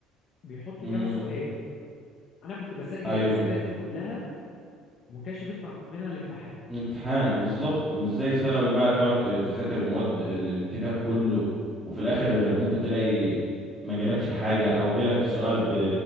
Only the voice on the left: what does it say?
بيحط
كام سؤال انا كنت بسجل
الاسئلة دي كلها وما كانش بيطلع منها الامتحان